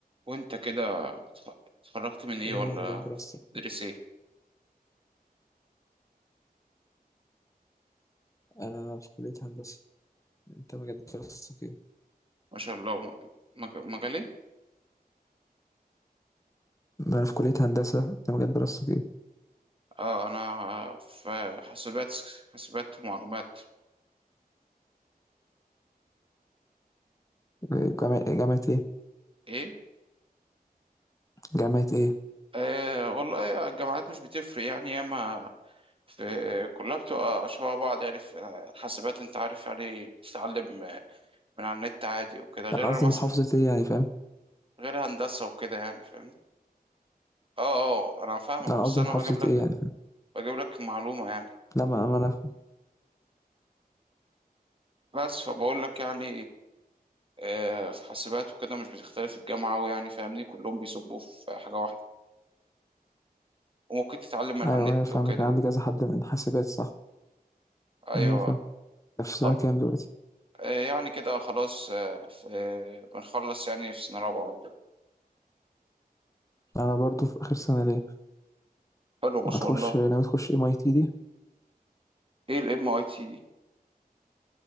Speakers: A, on the right; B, on the left.
A: وانت كده اتخ- اتخرجت من ايه
B: ايه
A: ولا
B: هو مجال دراستك
A: تدرس ايه
B: انا في كلية هندسة انت مجال دراستك ايه
A: ما شاء الله مج- مجالي
B: انا في كلية هندسة انت مجال دراستك ايه
A: اه انا في حاسبات حاسبات ومعلومات
B: جامعة جامعة ايه
A: ايه
B: جامعة ايه
A: آه والله الجامعات مش بتفرق يعني ياما في كلها بتبقى شبه بعض يعني في حاسبات انت عارف يعني بتتعلم من على النت عادي وكده غير
B: لا، انا قصدي
A: مثلا
B: محافظة ايه يعني فاهم
A: غير هندسة وكده يعني فاهم اه اه انا فاهمك
B: لا، انا
A: بس
B: قصدي
A: انا
B: محافظة
A: بجيب لك
B: ايه يعني فاهم؟
A: بجيب لك معلومة يعني
B: لا ما ما انا
A: بس فبقول لك يعني آه، في حاسبات وكده مش بتختلف الجامعة أوي يعني فاهمني كلهم بيصبوا في حاجة واحدة وممكن تتعلم من
B: ايوه
A: على النت
B: ايوه فاهمك
A: وكده
B: كان عندي كذا حد من حاسبات صح
A: أيوة
B: ايوه فاهم في سنة
A: طب
B: كام دلوقتي
A: آه، يعني كده خلاص آه، في- آه، بنخلص يعني في سنة رابعة
B: انا برضو في اخر سنة ليا
A: حلو ما شاء
B: هتخش
A: الله
B: ناوي تخش ام اي تي دي
A: ايه الام اي تي دي؟